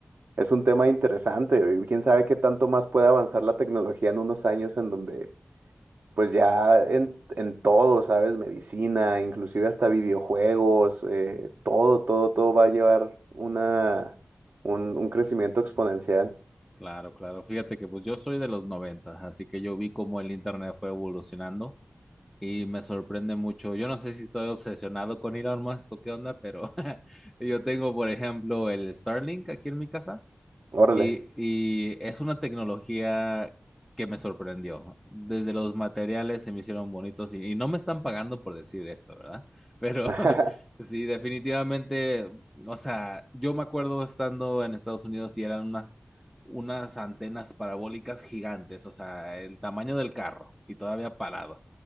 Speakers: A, on the right; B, in the centre.
A: es un tema interesante. Y quién sabe qué tanto más puede avanzar la tecnología en unos años en donde, pues ya en, en todo, ¿sabes? Medicina, inclusive hasta videojuegos, eh, todo, todo, todo va a llevar una, un, un crecimiento exponencial.
B: Claro, claro. Fíjate que pues yo soy de los noventas, así que yo vi cómo el internet fue evolucionando y me sorprende mucho. Yo no sé si estoy obsesionado con Elon Musk o qué onda, pero <laughs> yo tengo, por ejemplo, el Starlink aquí en mi casa
A: Órale.
B: y, y es una tecnología que me sorprendió. Desde los materiales se me hicieron bonitos y, y no me están pagando por decir esto, ¿verdad? Pero
A: <laughs>
B: <laughs> sí, definitivamente, o sea, yo me acuerdo estando en Estados Unidos y eran unas, unas antenas parabólicas gigantes, o sea, el tamaño del carro y todavía parado.